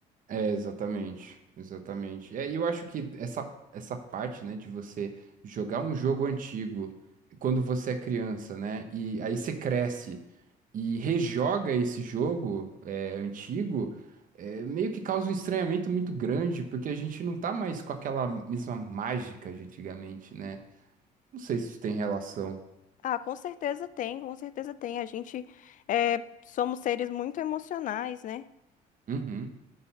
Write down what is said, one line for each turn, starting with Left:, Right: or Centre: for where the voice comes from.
Right: É, exatamente, exatamente. É, E eu acho que essa, essa parte, né, de você jogar um jogo antigo quando você é criança, né, e aí você cresce e rejoga esse jogo é, antigo, é, meio que causa um estranhamento muito grande, porque a gente não tá mais com aquela mesma mágica de antigamente, né? Não sei se isso tem relação.
Left: Ah, com certeza tem, com certeza tem. A gente é, somos seres muito emocionais, né?
Right: Uhum.